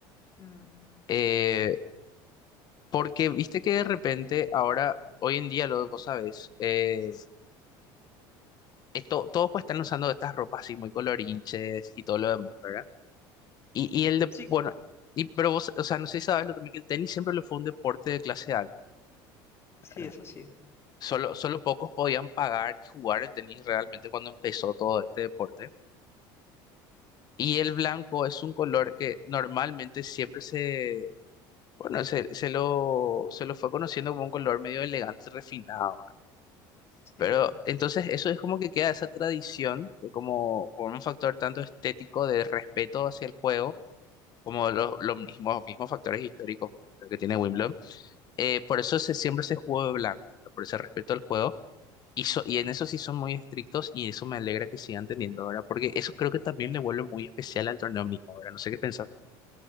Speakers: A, on the left; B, on the left.
A: Mm.
B: Eh, porque viste que de repente, ahora, hoy en día, lo, vos sabés, eh, esto- todos pues están usando estas ropas así muy colorinches y todo lo demás, ¿verdad? Y, y el de...
A: Sí,
B: Bueno, y, pero vos, o sea, no sé si sabes lo también que el tenis siempre lo fue un deporte de clase alta,
A: sí,
B: ¿verdad?
A: eso sí.
B: Solo, solo pocos
A: O-
B: podían pagar y jugar el tenis realmente cuando empezó todo este deporte. Y el blanco es un color que normalmente siempre se, bueno, se, se lo, se lo fue conociendo como un color medio elegante, refinado. ¿verdad?
A: Sí,
B: Pero entonces eso es como que queda esa tradición de como por un factor tanto estético de respeto hacia el juego, como los, los mismos, mismos factores históricos que tiene Wimbledon. Eh, por eso se, siempre se jugó de blanco, ¿no? por ese respeto al juego. Y, so- y en eso sí son muy estrictos y eso me alegra que sigan teniendo, ¿verdad? Porque eso creo que también le vuelve muy especial al torneo mismo, ¿verdad? No sé qué pensás.